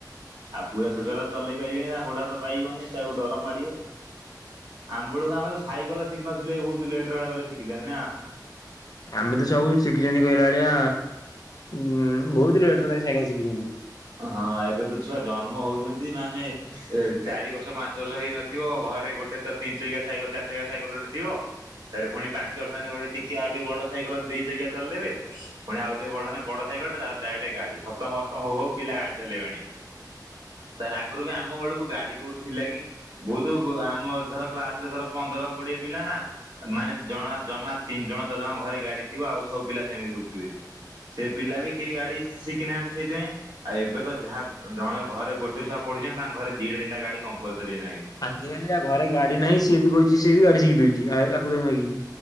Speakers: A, on the right; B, on the left.
A: ଆଉ ପୁରା ଛୋଟ ଛୁଆ ଚଲେଇ ପାରିବେନି ତାଙ୍କ ଗୋଡାହାତ ପାଇବନି ତାକୁ ଡ ଡର ମାଡିବ। ଆମ୍ବବେଳକୁ ଆମେ ତ ସାଇକଲ ଶିଖିନଥିଲେ ଏ ବହୁତ୍ ଲେଟ୍ ରେ ଗଲେ ଶିଖିଲେ ନା।
B: ଆମେ ତ ସବୁ ଶିଖିଚନ୍ତି କହିଲା ଭଳିଆ ଉଁ ବହୁତା ଲେଟ୍ରେ ସାଇକେଲ୍ ଶିଖିଚନ୍ତି।
A: ହଁ ଏବେ ତ ଛୁଆ ଜନ୍ମ ହଉଚନ୍ତି ମାନେ ଏ ଚାରି ବର୍ଷ ପାଞ୍ଚ ବର୍ଷ ହେଇନଥିବ ଘରେ ଗୋଟେ ତିନି ଚକିଆ ସାଇକେଲ୍ ଚାରି ଚକିଆ ସାଇକଲ୍ ଗୋଟେ ଥିବ। ତାପରେ ପୁଣି ପାଞ୍ଚବର୍ଷ ହେଇନି ଗୋଟେ ଟିକେ ଆଉ ଟିକେ ବଡ ସାଇକଲ ଦି ଚକିଆ ଚଲେଇବେ। ପୁଣି ଆଉ ଟିକେ ବଢହେନେ ବଡ ସାଇକେଲ ତା ପରେଡାଇରେକ୍ଟ ଗାଡି ସପ୍ତମ ଅଷ୍ଟମ ହଉ ହଉ ପିଲା ଗାଡି ଚଲେଇବେଣି। ସାର୍ ଆଗରୁ ବି ଆମ ବେଳକୁ ଗାଡି କୋଉଠୁଥିଲା କି? ବହୁତ ଆମ ଧର କ୍ଲାସ୍ ରେ ଧର ପନ୍ଦର କୋଡିଏ ପିଲା ନା ମାନେ ଜଣ ଜମା ତିନି ଜଣ ଚାରି ଜଣ ଙ୍କ ଘରେ ଗାଡି ଥିବ ଆଉ ସବୁ ପିଲା ସେମିତି ବୁଲୁଥିବେ। ସେ ପିଲା ବି କେହି ଗାଡି ଶିଖିନାହାନ୍ତି ସେଇଥିପାଇଁ। ଆଉ ଏବେ ତ ଯାହା ଜଣେ ଘରେ ଗୋଟେ ଛୁଆ ପଢୁଛନ୍ତି ତାଙ୍କ ଘରେ ଦିଟ ତିିଟା ଗାଡି କମ୍ପଲ୍ ସରୀ ଏ ନା ହେଇଗଲା।
B: ଆଜିକାଲି ଯା ଘରେ ଗାଡି ନାହିଁ ସିଏ ବି କହୁଚି ସିଏ ବି ଗାଡି ଶିଖିଦଉଚି ଆକୁ ତାକୁ ମାଗିକି।